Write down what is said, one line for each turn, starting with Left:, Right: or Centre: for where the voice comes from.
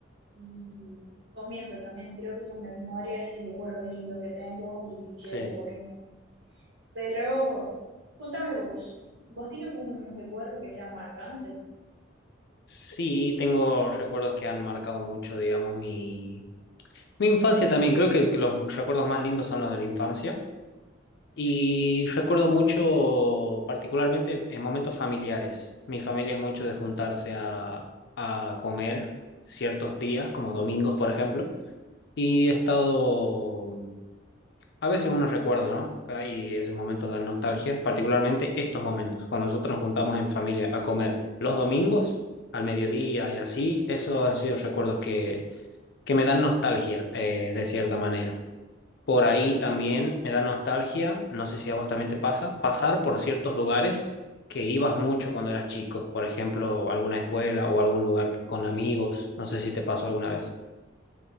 Right: y comiendo también. Creo que son memorias y recuerdos lindos que tengo y llevo
Left: sí.
Right: conmigo. Pero contame vos, ¿vos tienes algún recuerdo que sea marcante?
Left: Sí, tengo recuerdos que han marcado mucho, digamos, mi, mi infancia también. Creo que los recuerdos más lindos son los de la infancia. Y recuerdo mucho, particularmente en momentos familiares. Mi familia es mucho de juntarse a, a comer ciertos días, como domingos, por ejemplo. Y he estado, a veces uno recuerda, ¿no? Acá Y esos momentos de nostalgia, particularmente estos momentos, cuando nosotros nos juntamos en familia a comer los domingos, al mediodía y así, esos han sido recuerdos que, que me dan nostalgia, eh, de cierta manera. Por ahí también me da nostalgia, no sé si a vos también te pasa, pasar por ciertos lugares que ibas mucho cuando eras chico, por ejemplo, alguna escuela o algún lugar que- con amigos, no sé si te pasó alguna vez.